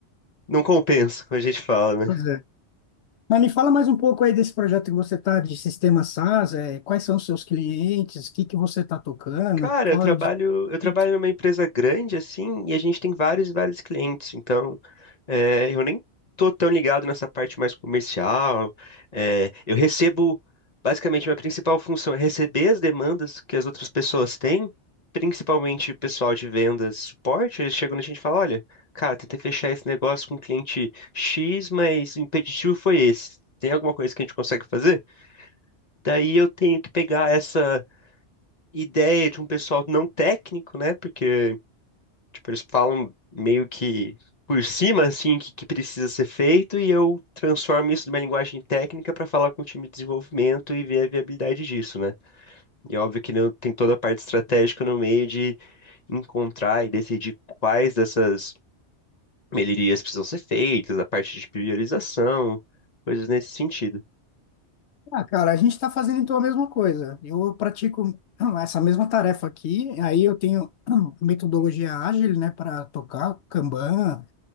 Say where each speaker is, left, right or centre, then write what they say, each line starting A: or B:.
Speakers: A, on the left; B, on the left.
A: não compensa, como a gente fala,
B: Pois
A: né?
B: é. Mas me fala mais um pouco aí desse projeto que você está de sistema SaaS, é, quais são os seus clientes, o que que você está tocando,
A: Cara,
B: qual
A: eu trabalho,
B: é o... des-
A: eu trabalho
B: <laughs>
A: numa empresa grande assim, e a gente tem vários e vários clientes. Então, é, eu nem tô tão ligado nessa parte mais comercial. É, eu recebo, basicamente, minha principal função é receber as demandas que as outras pessoas têm, principalmente o pessoal de vendas e suporte. Eles chegam na gente e falam, olha, cara, tentei fechar esse negócio com o cliente X, mas o impeditivo foi esse. Tem alguma coisa que a gente consegue fazer? Daí eu tenho que pegar essa ideia de um pessoal não técnico, né? Porque, tipo, eles falam meio que por cima, assim, que, que precisa ser feito, e eu transformo isso numa linguagem técnica para falar com o time de desenvolvimento e ver a viabilidade disso, né? E é óbvio que não- tem toda a parte estratégica no meio de encontrar e decidir quais dessas melhorias precisam ser feitas, a parte de priorização, coisas nesse sentido.
B: Ah, cara, a gente está fazendo então a mesma coisa. Eu pratico hum, essa mesma tarefa aqui, aí eu tenho <clears throat> hum, metodologia ágil, né, para tocar Kanban,